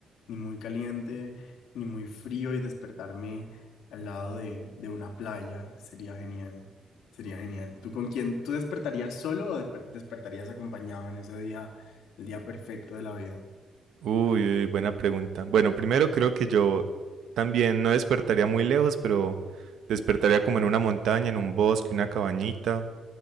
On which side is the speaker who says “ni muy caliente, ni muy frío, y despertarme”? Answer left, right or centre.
Left